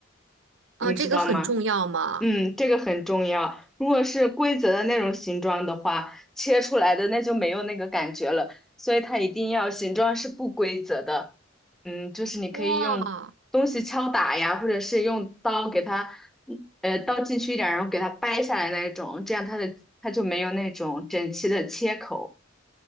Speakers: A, in the centre; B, on the right.
A: 你知道吗？
B: 啊，这个很重要吗？
A: 嗯，这个很重要。如果是规则的那种形状的话，切出来的那就没有那个感觉了，所以它一定要形状是不规则的。嗯，就是你可以用东西敲打呀，
B: 哇，
A: 或者是用刀给它，呃，刀进去一点儿然后给它掰下来那种，这样它的它就没有那种整齐的切口。